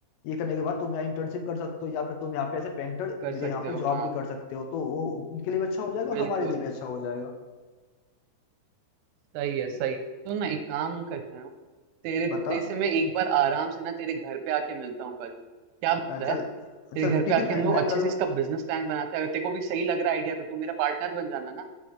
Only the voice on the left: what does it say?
ये करने के बाद तुम यहाँ इंटर्नशिप कर सकते हो या फिर तुम यहाँ पे ऐसे पेंटर
मेरे
यहाँ पे
जॉब
भी कर सकते हो तो वो उनके लिए भी अच्छा हो जाएगा और
हमारे लिए भी अच्छा हो जाएगा
बता
अ, चल
चल
ठीक
है मैं,
मैं
कल